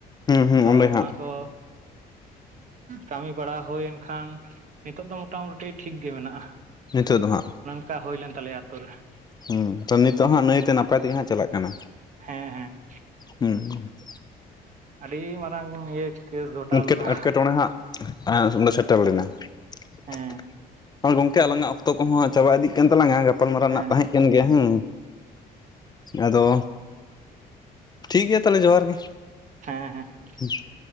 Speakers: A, on the left (about 25°); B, on the right (about 50°).
A: ᱦᱩᱸ
B: ᱟᱫᱚ
A: ᱚᱸᱰᱮ
B: ᱚᱱᱟ
A: ᱦᱟᱸᱜ
B: ᱠᱚ ᱠᱟᱹᱢᱤ ᱵᱟᱲᱟ ᱦᱩᱭᱮᱱ ᱠᱷᱟᱱ ᱱᱤᱛᱚᱜ ᱫᱚ ᱢᱚᱴᱟᱢᱩᱴᱤ ᱴᱷᱤᱠ ᱜᱮ ᱢᱮᱱᱟᱜᱼᱟ ᱾
A: ᱱᱤᱛᱚᱜ ᱫᱚ ᱦᱟᱸᱜ ᱾
B: ᱪᱟ ᱦᱩᱭᱞᱮᱱ ᱛᱟᱞᱮᱭᱟ ᱟᱹᱛᱩ ᱨᱮ ᱾
A: ᱦᱩᱸ, ᱛᱚ ᱱᱤᱛᱚᱜ ᱦᱟᱸᱜ ᱱᱩᱹᱭᱛᱮ ᱱᱟᱯᱟᱭ ᱛᱮᱜᱮ ᱦᱟᱸᱜ ᱪᱟᱞᱟᱜ ᱠᱟᱱᱟ ᱾
B: ᱦᱮᱸ ᱦᱮᱸ ᱾
A: ᱦᱩᱸ ᱾
B: ᱟᱹᱰᱤ ᱢᱟᱨᱟᱝ ᱤᱭᱟᱹ ᱠᱮᱥ ᱜᱷᱚᱴᱟᱣ
A: ᱱᱤᱝᱠᱟᱹᱴ
B: ᱞᱮᱱᱟ
A: ᱮᱴᱠᱮᱴᱚᱬᱮ ᱦᱟᱸᱜ ᱟᱸ ᱚᱸᱰᱮ ᱥᱮᱴᱮᱨ ᱞᱮᱱᱟ ᱾
B: ᱦᱮᱸ
A: ᱦᱳᱭ ᱜᱚᱝᱠᱮ, ᱟᱞᱟᱝᱟᱜᱼᱟ ᱚᱠᱛᱚ ᱠᱚᱦᱚᱸ ᱪᱟᱵᱟ ᱤᱫᱤ ᱠᱟᱱ ᱛᱟᱞᱟᱝᱟ ᱜᱟᱯᱟᱞᱢᱟᱨᱟᱣ
B: ᱦᱮᱸ
A: ᱨᱮᱱᱟᱜ ᱛᱟᱦᱮᱸ
B: ᱦᱮᱸ
A: ᱠᱟᱱ ᱜᱮᱭᱟ ᱦᱮᱸ ᱾ ᱟᱫᱚ ᱴᱷᱤᱠ ᱜᱮᱭᱟ ᱛᱟᱦᱞᱮ, ᱡᱚᱦᱟᱨ ᱜᱮ᱾
B: ᱦᱮᱸ ᱦᱮᱸ ᱾
A: <inaudible>